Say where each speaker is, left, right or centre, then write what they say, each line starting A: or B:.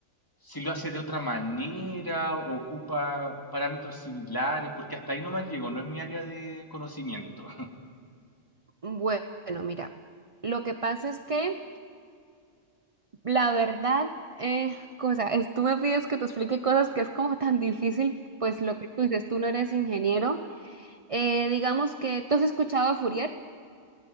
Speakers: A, on the left; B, on the right.
A: si lo hace de otra manera, ocupa parámetros similares, porque hasta ahí nomás llego, no es mi área de conocimiento.
B: Bueno, mira, lo que pasa es que la verdad, eh, como, o sea, es- tú me pides que te explique cosas que es como tan difícil, pues lo que tú dices, tú no eres ingeniero. Eh, digamos que tú has escuchado a Fourier.